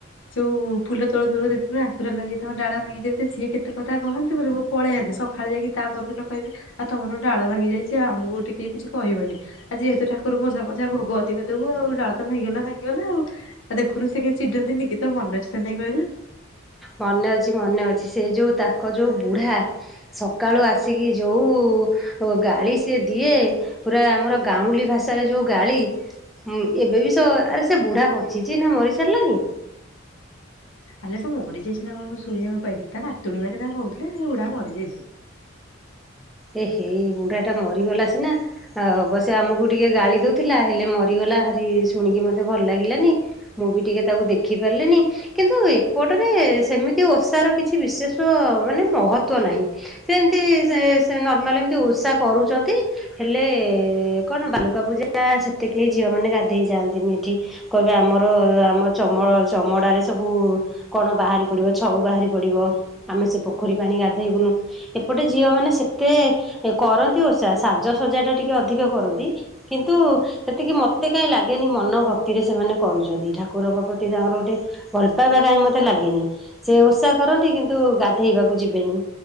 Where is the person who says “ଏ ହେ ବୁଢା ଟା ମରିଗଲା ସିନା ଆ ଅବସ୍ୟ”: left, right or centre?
Centre